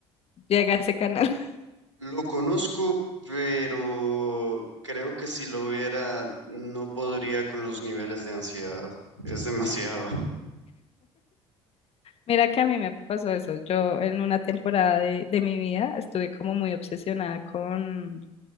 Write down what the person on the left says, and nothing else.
llega ese canal. <laughs>
Mira que a mí me pasó eso. Yo en una temporada de, de mi vida estuve como muy obsesionada con,